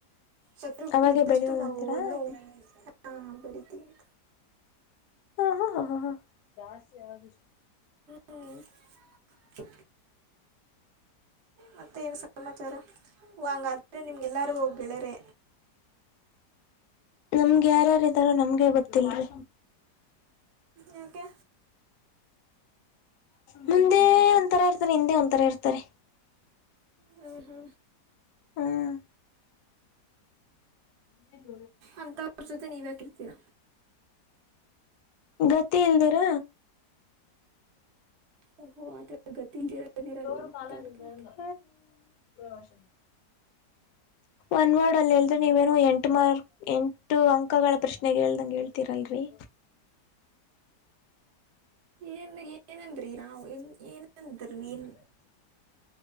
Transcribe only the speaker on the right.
ಶತ್ರುಗಳಿದ್ದಷ್ಟು
ನಾವುನ್ನು
ಹ ಬೆಡಿತೀವಿ
ಹ ಮತ್ತೆ ಏನ್ ಸಮಾಚಾರ ಹಂಗಾದ್ರೆ ನಿಮ್ಗೆಲ್ಲರಿಗೂ ಗೆಳೆಯರೇ
ಯಏಕೆ
ಹ ಹಾ
ಅಂಥವ್ರ ಜೊತೆ ನೀವು ಯಾಕಿರ್ತೀರ
ಹ ಆ ಗತಿ ಇದ್ದೀರ
ನೀವು
ಅಂತ
ಅರ್ಥ ಆಯ್ತು
ಏನ್ ಏನಂದ್ರಿ ನಾವು ನ್ ಏನಂದ್ರೀನ್